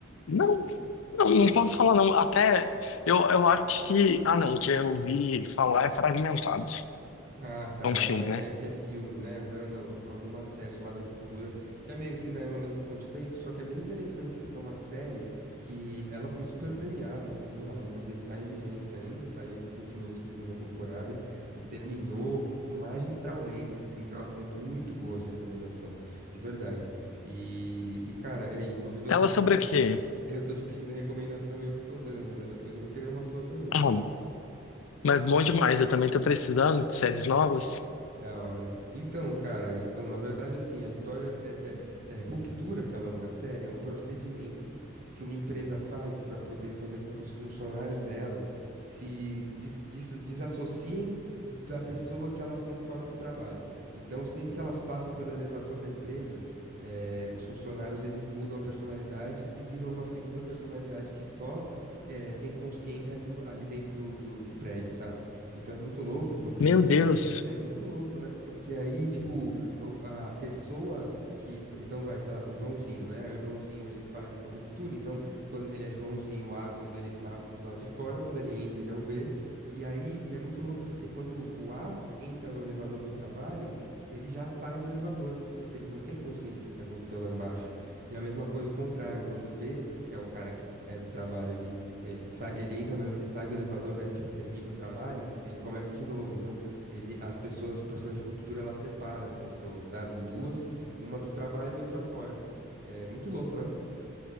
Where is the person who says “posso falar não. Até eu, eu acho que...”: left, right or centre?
Left